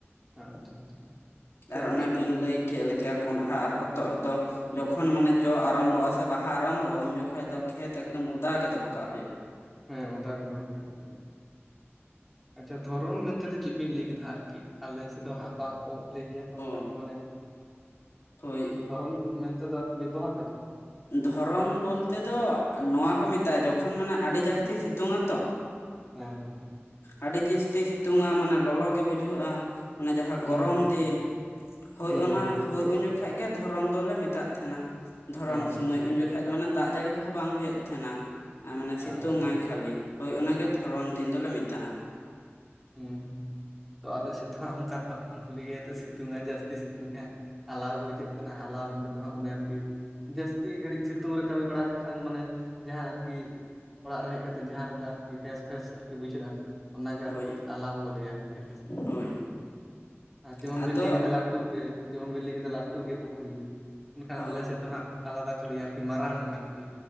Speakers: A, in the centre; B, on the left.
A: ᱟᱪᱪᱷᱟ ᱟᱪᱪᱷᱟ ᱟᱪᱪᱷᱟ
B: ᱟᱨ ᱚᱱᱟ
A: ᱠᱟᱹᱡ
B: ᱵᱮᱱ ᱞᱟᱹᱭ ᱠᱮᱜ ᱞᱮᱠᱟ ᱠᱚᱸᱰᱷᱟ ᱟᱨ ᱦᱚᱛᱚᱜ ᱫᱚ ᱡᱚᱠᱷᱚᱱ ᱢᱟᱱᱮ ᱡᱚ ᱟᱨᱚᱢᱵᱚᱜᱼᱟ ᱥᱮ ᱵᱟᱦᱟ ᱟᱨᱟᱢᱵᱚᱜᱼᱟ ᱩᱱ ᱡᱚᱠᱷᱚᱱ ᱫᱚ ᱠᱷᱮᱛ ᱮᱠᱫᱚᱢ ᱚᱫᱟ ᱜᱮ ᱫᱚᱦᱚ ᱠᱟᱜ ᱦᱩᱭᱩᱜᱼᱟ
A: ᱦᱮᱸ ᱚᱫᱟ ᱜᱮ ᱫᱚᱦᱚ ᱠᱟᱜ ᱦᱩᱭᱩᱜᱼᱟ ᱟᱪᱪᱷᱟ ᱫᱷᱚᱨᱚᱱ ᱢᱮᱱᱛᱮᱫᱚ ᱪᱮᱫ ᱵᱤᱱ ᱞᱟᱹᱭ ᱠᱮᱫᱟ ᱟᱨᱠᱤ ᱟᱞᱮᱥᱮᱫ ᱫᱚ ᱦᱟᱸᱜ ᱵᱟᱝᱠᱚ <inaudible>
B: ᱚ ᱦᱳᱭ
A: ᱫᱷᱚᱨᱚᱱ ᱢᱮᱱᱛᱮ ᱫᱚ ᱵᱮᱵᱚᱦᱟᱨ ᱯᱟᱪᱮ
B: ᱫᱷᱚᱨᱚᱱ ᱵᱚᱞᱛᱮ ᱫᱚ ᱱᱚᱣᱟ ᱠᱚ ᱢᱮᱛᱟᱜᱼᱟ ᱡᱚᱠᱷᱚᱱ ᱢᱟᱱᱮ ᱟᱹᱰᱤ ᱡᱟᱹᱥᱛᱤ ᱥᱤᱛᱩᱝ ᱟᱛᱚ
A: ᱦᱮᱸ ᱦᱮᱸ
B: ᱟᱹᱰᱤ ᱡᱟᱹᱥᱛᱤ ᱥᱤᱛᱩᱝᱼᱟ ᱢᱟᱱᱮ ᱞᱚᱞᱚ ᱜᱮ ᱵᱩᱡᱷᱟᱹᱜᱼᱟ ᱚᱱᱮ ᱡᱟᱦᱟᱸ
A: ᱦᱩᱸ
B: ᱜᱚᱨᱚᱢ
A: ᱦᱩᱸ
B: ᱫᱤᱱ ᱦᱳᱭ
A: ᱦᱩᱸ
B: ᱚᱱᱟ
A: ᱦᱩᱸ
B: ᱦᱳᱭ ᱩᱱ ᱡᱚᱠᱷᱟᱡ ᱜᱮ ᱫᱷᱚᱨᱚᱱ ᱫᱚᱞᱮ ᱢᱮᱛᱟᱜ ᱛᱟᱦᱮᱱᱟ ᱫᱷᱚᱨᱚᱱ
A: ᱟᱪᱪᱷᱟ
B: ᱥᱚᱢᱚᱭ
A: ᱟᱪᱪᱷᱟ
B: ᱩᱱ ᱡᱚᱠᱷᱚᱱ ᱵᱟᱠᱷᱟᱡ ᱫᱚ ᱢᱟᱱᱮ ᱫᱟᱜ ᱡᱟᱹᱲᱤ ᱠᱚᱦᱚᱸ ᱵᱟᱝ ᱦᱩᱭᱩᱜ ᱛᱟᱦᱮᱱᱟ᱾ ᱟᱨ ᱢᱟᱱᱮ
A: ᱟᱪᱪᱷᱟ
B: ᱥᱤᱛᱩᱝ ᱟᱭ ᱠᱷᱟᱹᱞᱤ ᱦᱳᱭ ᱚᱱᱟ ᱜᱮ ᱫᱷᱚᱨᱚᱱ ᱫᱤᱱ ᱫᱚᱞᱮ ᱢᱮᱛᱟᱜ-ᱟ
A: ᱦᱮᱸ ᱛᱚ ᱟᱞᱮ ᱥᱮᱫ ᱫᱚᱦᱟᱸᱜ ᱚᱱᱠᱟ ᱫᱚ ᱦᱟᱸᱜ ᱵᱟᱝᱠᱩ ᱞᱮᱭᱜᱮᱭᱟ ᱛᱚ ᱥᱤᱛᱩᱝ ᱟᱭ ᱡᱟᱹᱥᱛᱤ ᱥᱤᱛᱩᱝᱜᱼᱟᱭ ᱟᱞᱟᱣ ᱜᱮ ᱵᱩᱡᱷᱟᱹᱜ ᱠᱟᱱᱟ ᱟᱞᱟᱣ ᱢᱮᱱᱛ ᱫᱚ ᱦᱟᱸᱜ ᱚᱱᱮ ᱟᱨᱠᱤ ᱡᱟᱹᱥᱛᱤ ᱜᱷᱟᱹᱲᱤᱡ ᱥᱤᱛᱩᱝ ᱨᱮ ᱠᱟᱹᱢᱤ ᱵᱟᱲᱟ ᱞᱮᱠᱷᱟᱱ ᱢᱟᱱᱮ ᱡᱟᱦᱟᱸ ᱟᱨᱠᱤ ᱚᱲᱟᱜ ᱨᱮ ᱦᱮᱡ ᱠᱟᱛᱮ ᱡᱟᱦᱟᱸ ᱞᱮᱠᱟ ᱟᱨᱠᱤ ᱯᱷᱮᱥ ᱯᱷᱮᱥ ᱟᱨᱠᱤ ᱵᱩᱡᱷᱟᱹᱜᱼᱟ ᱚᱱᱟ
B: ᱦᱳᱭ
A: ᱟᱞᱟᱣ ᱠᱚ ᱞᱟᱹᱭᱟ ᱟᱨᱠᱤ ᱟᱨ
B: ᱦᱳᱭ
A: ᱡᱮᱢᱚᱱ
B: ᱟᱫᱚ
A: ᱵᱮᱤᱱ ᱞᱟᱹᱭ ᱠᱮᱫᱟ ᱞᱟᱹᱴᱩ ᱜᱮ ᱡᱮᱢᱚᱱ ᱵᱤᱱ ᱞᱮᱭ ᱠᱮᱫᱟ ᱞᱟᱹᱴᱩ ᱜᱮ ᱯᱩᱠᱷᱨᱤ ᱮᱱᱠᱷᱟᱱ
B: ᱦᱳᱭ
A: ᱟᱞᱮ ᱥᱮᱫ ᱫᱚ ᱦᱟᱸᱜ ᱛᱟᱞᱟᱫᱟ ᱠᱚ ᱞᱮᱭᱟ ᱟᱨᱠᱤ ᱢᱟᱨᱟᱝ ᱟᱨᱠᱤ